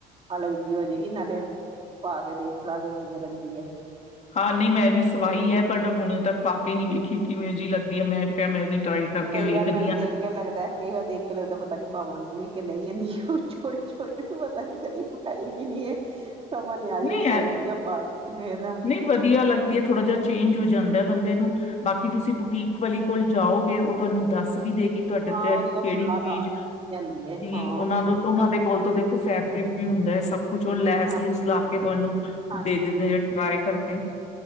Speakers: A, on the right; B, on the left.
A: ਅਲਗ ਜਿਹੀ ਹੋ ਜਾਏਗੀ ਨਾਲੇ ਪਾ ਕੇ ਦੇਖ ਲਾਗੇ ਕਿਵੇਂ ਲੱਗਦਾ ਏ
B: ਹਾਂ ਨਹੀਂ ਮੈਂ ਵੀ ਸਵਾਈ ਹੈ ਬਟ ਹੁਣ ਤੱਕ ਪਾ ਕੇ ਨੀੇ ਵੇਖੀ ਖ ਕਿਵੇਂ ਜੀ ਲੱ ਦੀ ਮੈਂ ਤੇ ਕਿਹਾ ਮੈਂ ਵੀ ਟਰਾਈ ਕਰਕੇ
A: ਕਈ
B: ਵੇਖਦੀ
A: ਵਾਰ ਮੈਨੂੰ
B: ਹਾਂ
A: ਦੇਖ ਕੇ ਲੱਗਦਾ ਕਈ ਵਾਰ ਦੇਖ ਕੇ ਲੱਗਦਾ ਪਤਾ ਨੀ ਪਾਵਾਂਗੀ ਵੀ ਨਹੀਂ ਆਦੀ ਉਹ ਛੋਟੀ ਛੋਟੀ ਪਤਾ ਨੀ ਕਦੀ ਪਾਈ ਵੀ ਨੀ ਹੈ ਸਮਝ ਨੀ ਆ ਰਹੀ
B: ਨਹੀਂ
A: ਉਹੀ ਸੋਚ
B: ਹੈ
A: ਰਹੀ ਹਾਂ ਪਾ ਕੇ ਇਹਦਾ
B: ਨਹੀਂ ਵਧੀਆ ਲੱਗਦੀ ਹੈ ਥੋੜ੍ਹਾ ਜਿਹਾ ਚੇਂਜ ਹੋ ਜਾਂਦਾ ਬੰਦੇ ਨੂੰ ਬਾਕੀ ਤੁਸੀਂ ਬੁਟੀਕ ਵਾਲੀ ਕੋਲ ਜਾਓਗੇ ਉਹ ਤੁਹਾਨੂੰ ਦੱਸ ਵੀ ਦੇ ਕਿ ਤੁਹਾਡੇ
A: ਹਾਂ
B: ਉੱਤੇ
A: ਉਹਦੇ
B: ਕਿਹੜੀ
A: ਕੋਲ ਸਲਾਹ
B: ਚੀਜ਼
A: ਲਾ
B: ਕੀ
A: ਕੇ ਕਹਿੰਦੀ ਹੈ ਹਾਂ
B: ਉਹਨਾਂ ਉਹਨਾਂ ਦੇ ਕੋਲ ਤੋਂ ਦੇਖੋ ਫੈਬਰਿਕ ਵੀ ਹੁੰਦਾ ਹੈ ਸਭ ਕੁਛ ਉਹ ਲੈਸ
A: ਹਾਂਜੀ
B: ਲੂਸ ਲਾ ਤੁਹਾਨੂੰ
A: ਹਾਂਜੀ
B: ਦੇ ਦਿੰਦੇ ਟਰਾਈ ਕਰ ਓਕੇ